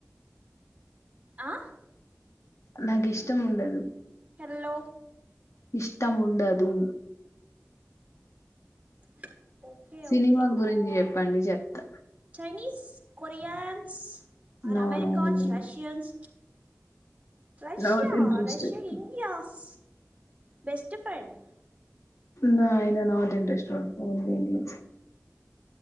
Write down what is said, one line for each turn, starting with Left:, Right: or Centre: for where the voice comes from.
Right: ఆ
Left: నాకి ఇష్టం ఉండదు
Right: హల్లో
Left: ఇష్టం ఉండదు
Right: <inaudible>
Left: సినిమాల
Right: ఓకే
Left: గురించి చెప్పండి చెప్తా
Right: Chinese Koreans or
Left: no
Right: Americans
Left: no no
Right: Russians Russia
Left: not interested
Right: Russia India's best friend
Left: నా ఆయన not interested only Indians